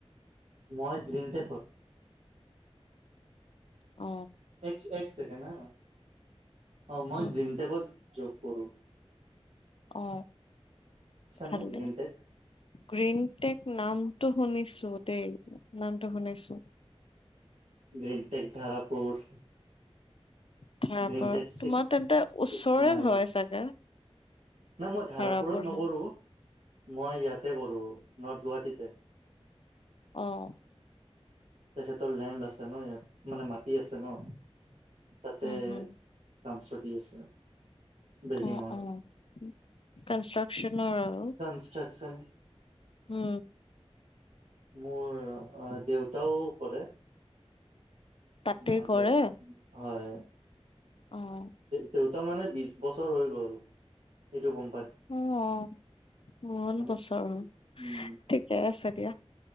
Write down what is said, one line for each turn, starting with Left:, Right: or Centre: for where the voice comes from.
Right: মই গ্ৰীণতে ক'ত
Left: অ
Right: এক এক ছেকেড হা অ মই
Left: উম
Right: গ্ৰীন টেপত যোগ কৰোঁ
Left: অ ভালে
Right: নে গ্ৰীণ টেক
Left: গ্ৰীনটেক নামটো শুনিছো দেই নামটো শুনিছো
Right: গ্ৰীিনটেক দাৰপুৰ
Left: তাৰ
Right: গ্ৰীনটেক্
Left: পৰা তোমাৰ তেন্তে
Right: ছিক্স
Left: ওচৰে
Right: মাইল
Left: হয় চাগে
Right: না মই ধাৰাপুৰত
Left: ভাড়া পৰা
Right: নকৰো মই ইয়াত তাতে কৰো নৰ্থ গুৱাহাটীতে।
Left: অ'।
Right: তেখেতৰ লেণ্ড আছে ন ইয়াত মানে মাটি আছে ন তাতে।
Left: উম, হম,
Right: কাম চলি আছে। বিল্ডিঙৰ
Left: অ', অ'। কনষ্ট্ৰাকচনৰ আৰু
Right: কনষ্ট্ৰাকচন
Left: উম।
Right: মোৰ দেউতাও কৰে।
Left: তাতেই
Right: মই
Left: কৰে
Right: হয়
Left: অ'।
Right: দেউতা মানে বিশ বছৰ হৈ গ'ল এইটো গম।
Left: অ' বহুত
Right: মানে
Left: বছৰ হ'ল
Right: উম
Left: ঠিকে আছে দিয়া।